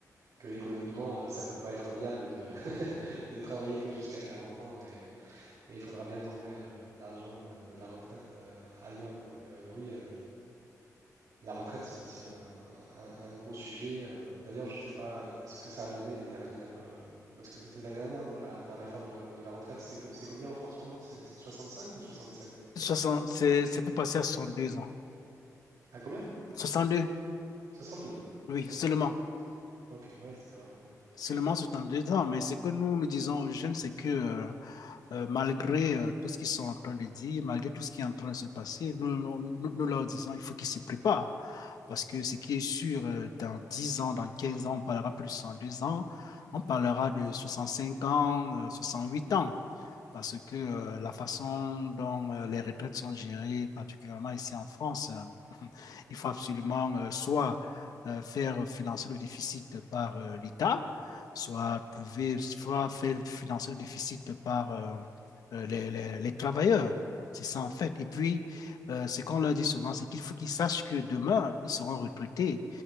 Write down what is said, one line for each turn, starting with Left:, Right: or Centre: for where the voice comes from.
Right: que économiquement, euh, ça peut pas être viable de, <laughs> de travailler que jusqu'à 40 ans et, et il faudra bien trouver euh, l'argent de, de la retraite euh, ailleurs. Donc euh, oui, euh, la retraite, c'est aussi un, un- un gros sujet. euh. D'ailleurs, je sais pas euh, ce que ça a donné les dernières, euh, parce que c'était l'année dernière, non, la, la réforme de la, de la retraite, c'est com- c'est combien en France maintenant? C'est 65 ou 67?
Left: soixante C'est c'est pour passer à 62 ans.
Right: À combien?
Left: soixante deux
Right: 62.
Left: oui,
Right: Ok,
Left: seulement.
Right: ok, ouais, c'est pas... euh,
Left: Seulement c'est en deux ans, mais ce que nous nous disons aux jeunes, c'est que euh, euh, malgré euh, tout ce qu'ils sont en train de dire, malgré tout ce qui est en train de se passer, nous, nous- nous- nous leur disons il faut qu'ils se préparent. Parce que ce qui est sûr, euh, dans 10 ans, dans 15 ans, on parlera plus de 102 ans, on parlera de 65 ans, euh, huit ans. Parce que euh, la façon dont euh, les retraites sont gérées, particulièrement ici en France, euh, il faut absolument euh, soit euh, faire financer le déficit par euh, l'État, soit trouver, soit faire financer le déficit par euh, euh, les, les, les travailleurs. C'est ça en fait. Et puis, euh, ce qu'on leur dit souvent, c'est qu'il faut qu'ils sachent que demain, ils seront retraités.